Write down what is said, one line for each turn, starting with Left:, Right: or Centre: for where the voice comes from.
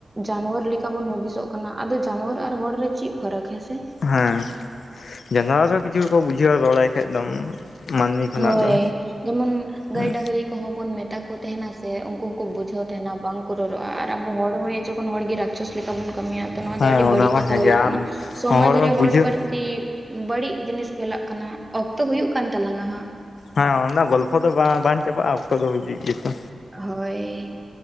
Right: ᱡᱟᱱᱣᱟᱨ ᱞᱮᱠᱟ ᱵᱚᱱ ᱦᱩᱫᱤᱥᱚᱜ ᱠᱟᱱᱟ᱾ ᱟᱫᱚ ᱡᱟᱱᱣᱟᱨ ᱟᱨ ᱦᱚᱲ ᱨᱮ ᱪᱤᱫ ᱯᱷᱟᱨᱟᱠ ᱦᱮᱸᱥᱮ᱾
Left: ᱦᱮᱸ ᱡᱟᱱᱣᱟᱨ ᱨᱮᱦᱚ ᱠᱤᱪᱷᱩ ᱠᱚ ᱵᱩᱡᱷᱟᱹᱣᱟ ᱨᱚᱲᱟᱭ ᱠᱷᱟᱡ ᱫᱚᱢ᱾ ᱢᱟᱹᱱᱢᱤ ᱠᱷᱚᱱᱟᱜ
Right: ᱦᱳᱭ
Left: ᱫᱚ
Right: ᱡᱮᱢᱚᱱ ᱜᱟᱹᱭ
Left: ᱦᱮᱸ
Right: ᱰᱟᱹᱝᱨᱤ ᱠᱚᱦᱚᱸ ᱵᱚᱱ ᱢᱮᱛᱟ ᱠᱚ ᱛᱮᱦᱮᱱᱟ ᱥᱮ ᱳᱱᱠᱳ ᱦᱚᱸᱠᱩ ᱵᱩᱡᱷᱟᱹᱣ ᱛᱮᱦᱮᱱᱟ ᱵᱟᱝ ᱠᱚ ᱨᱚᱨᱚᱜᱼᱟ ᱟᱨ ᱟᱵᱚ ᱦᱚᱲ ᱦᱳᱭᱮ ᱡᱚᱠᱷᱚᱱ ᱦᱚᱲ ᱜᱮ ᱨᱟ ᱥᱮᱥ ᱞᱮᱠᱟ ᱵᱚᱱ ᱠᱟᱹᱢᱤᱭᱟ ᱛᱚ ᱱᱚᱣᱟ
Left: ᱦᱮᱸ
Right: ᱫᱚ ᱟᱹᱰᱤ ᱵᱟᱹᱲᱤᱡ
Left: ᱚᱱᱟ ᱢᱟ
Right: ᱠᱟᱛᱷᱟ
Left: ᱦᱮᱸᱜᱮ
Right: ᱦᱩᱭᱩᱜ
Left: ᱟᱢ
Right: ᱠᱟᱱᱟ᱾ ᱥᱚᱢᱟᱡ
Left: ᱢᱟ
Right: ᱨᱮ
Left: ᱵᱩᱡᱷᱟᱹᱣ
Right: ᱦᱚᱲ ᱪᱤ ᱵᱟᱹᱲᱤᱡ ᱡᱤᱱᱤᱥ ᱯᱷᱮᱞᱟᱜ ᱠᱟᱱᱟ᱾ ᱚᱠᱛᱚ ᱦᱩᱭᱩᱜ ᱠᱟᱱ ᱛᱟᱞᱟᱝᱼᱟ ᱦᱟᱸᱜ
Left: ᱦᱮᱸ ᱚᱱᱟ ᱜᱚᱞᱯᱷᱚ ᱫᱚ ᱵᱟ ᱵᱟᱝ ᱪᱟᱵᱟᱜᱼᱟ, ᱚᱠᱛᱚ ᱫᱚ ᱦᱤᱡᱩᱜ ᱜᱤᱭᱟ ᱛᱚ᱾
Right: ᱦᱳᱭ᱾